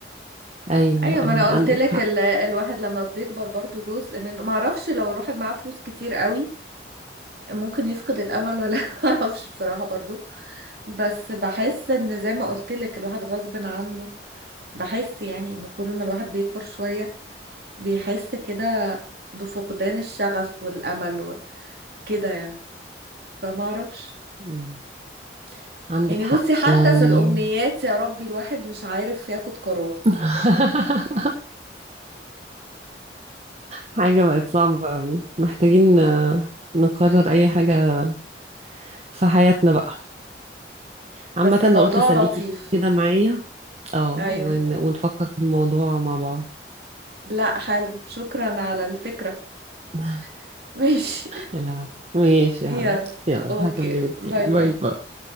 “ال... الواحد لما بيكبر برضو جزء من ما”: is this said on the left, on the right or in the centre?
Right